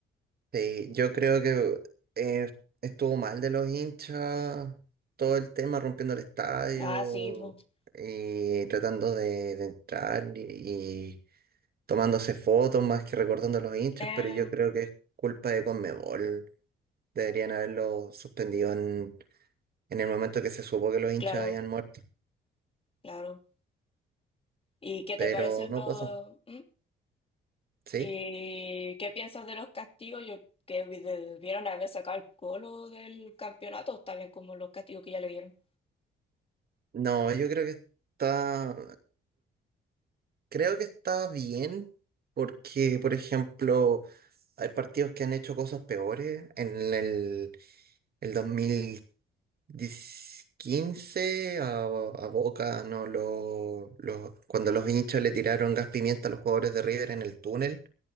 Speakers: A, on the right; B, on the left.
A: Sí, yo creo que eh, estuvo mal de los hinchas, todo el tema rompiendo el estadio
B: Ah, sí, pues.
A: y tratando de, de entrar y, tomándose fotos más que recordando a los hinchas,
B: Eh,
A: pero yo creo que es culpa de Conmebol. Deberían haberlo suspendido en, en el momento que se supo que los hinchas
B: claro,
A: habían muerto,
B: claro. ¿Y qué
A: pero
B: te parecen
A: no
B: los...
A: pasó,
B: mm?
A: ¿sí?
B: ¿Y qué piensas de los castigos? Yo que debieron haber sacado el Colo del campeonato, está bien como los castigos que ya le dieron.
A: No, yo creo que está, creo que está bien porque, por ejemplo, hay partidos que han hecho cosas peores en el, el 2000. dis- quince a, a Boca, no, lo- lo- cuando los hinchas le tiraron gas pimienta a los jugadores de River en el túnel,